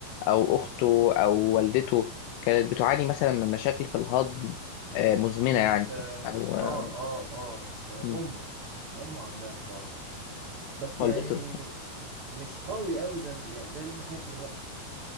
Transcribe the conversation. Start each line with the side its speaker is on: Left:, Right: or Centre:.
Left: او اخته او والدته كانت بتعاني مثلا من مشاكل في الهضم آه، مزمنه
Right: كانت
Left: يعني
Right: اه
Left: او آه،
Right: اه اه, آه
Left: مم.
Right: امه امه عندها الحوار ده بس
Left: والدته
Right: يعني مش قوي قوي زي ما- يعني زي اللي انا شايفه دلوقتي